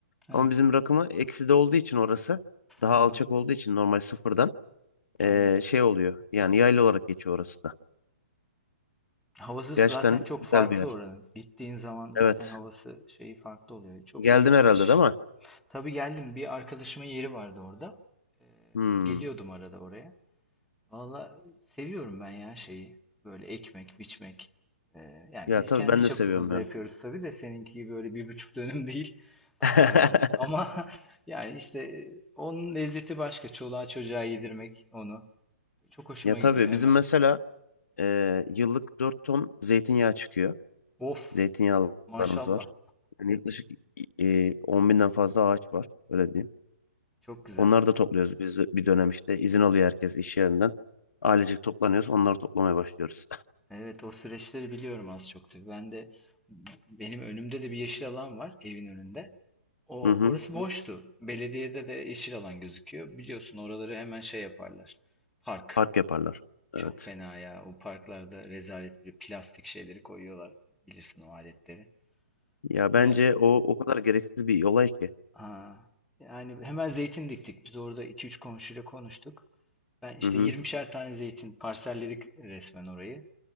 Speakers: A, in the centre; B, on the left (about 85°).
A: Evet.
B: Ama bizim rakımı eksi de olduğu için orası daha
A: Hı.
B: alçak olduğu için normal sıfırdan eee,
A: Anladım.
B: şey oluyor. Yani yaylı olarak geçiyor orası da.
A: Havası
B: Gerçekten
A: zaten çok
B: güzel
A: farklı
B: bir yer.
A: oranın. Gittiğin zaman
B: Evet.
A: zaten havası şeyi farklı oluyor. Çok
B: Geldin
A: iyi bir
B: herhalde
A: kaçış.
B: değil mi?
A: Tabii geldim. Bir arkadaşımın yeri vardı orada. Ee,
B: Hmm.
A: geliyordum arada oraya. Valla seviyorum ben ya şeyi. Böyle ekmek, biçmek. Ee, yani
B: Ya
A: biz
B: tabii
A: kendi
B: ben
A: çapımızda
B: de seviyorum ya.
A: yapıyoruz tabii de seninki gibi öyle bir buçuk dönüm değil.
B: <laughs>
A: Ee, ama <laughs> yani işte onun lezzeti başka. Çoluğa çocuğa yedirmek onu. Çok hoşuma
B: Ya tabii
A: gidiyor hemen.
B: bizim mesela eee, yıllık 4 ton zeytinyağı çıkıyor.
A: Of,
B: Zeytinyağlarımız
A: maşallah.
B: var. Yani yaklaşık eee 10 binden fazla ağaç var. Öyle diyeyim.
A: Çok güzel.
B: Onları da topluyoruz biz bir dönem işte. izin alıyor herkes iş yerinden. Ailecek toplanıyoruz. Onları toplamaya başlıyoruz.
A: Evet o süreçleri biliyorum az çok tabii. Ben de benim önümde de bir yeşil alan var evin önünde. O
B: <laughs> Hı hı.
A: orası Hı. boştu. Belediyede de yeşil alan gözüküyor. Biliyorsun oraları hemen şey yaparlar. Park.
B: Park yaparlar.
A: Çok
B: Evet.
A: fena ya. O parklarda rezalet bir plastik şeyleri koyuyorlar. Bilirsin o aletleri.
B: Ya
A: Şimdi
B: bence o o kadar gereksiz bir olay ki.
A: ha, yani hemen zeytin diktik. Biz orada iki üç komşuyla konuştuk. Ben işte
B: Hı hı.
A: 20'şer tane zeytin parselledik resmen orayı.